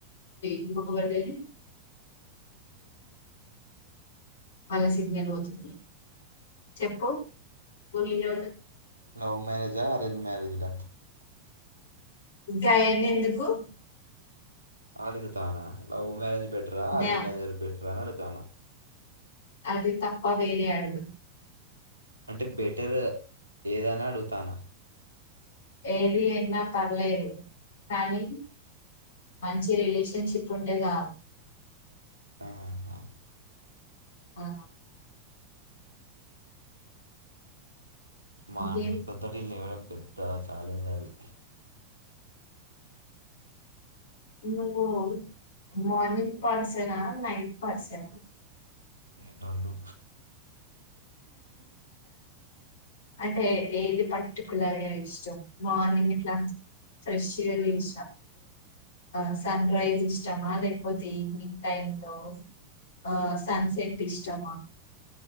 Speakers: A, on the left; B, on the right.
A: ఇంకొ ఒక బర్డేది వాళ్ళ సిగ్నల్ పోతుంది చెప్పు పోనీజు
B: లవ్ మ్యారేజ్ా అరేంజ్ మ్యారేజ్ట
A: గాయాడి ఎందుకు
B: అగుతానేే లవ్ మరేజ్ పెటరా అరేంజ్
A: నా
B: మరేజర్ పెటరా అడుతన
A: అది తప్ప వేర అడుగు
B: అంటే బెటర్ ఏదని అడుగుతానా
A: ఏది ఎ పలేరు కానీ మంచి రిలేషన్షిప్ ఉంటేదా
B: ఆహా
A: ఆా
B: మా
A: ఇంకేం
B: పెద్దడళ్లు ఇవ్వడం పెద్ద ఛాలెంజ్ అది
A: నువ్వు మార్నింగ్ పాసేనా నైట్ పాసేనా
B: నేను రెండు
A: అంటే ఏది పర్టికులర్గా ఇష్టం మార్నింగ్ ఇట్లా ఫష్ ఇష ఆ సన్ రైస్ ఇష్టమా లేదకపోతే ఈవనింగ్ టైమ్ లో ఆ సన్సెట్ ఇష్టమా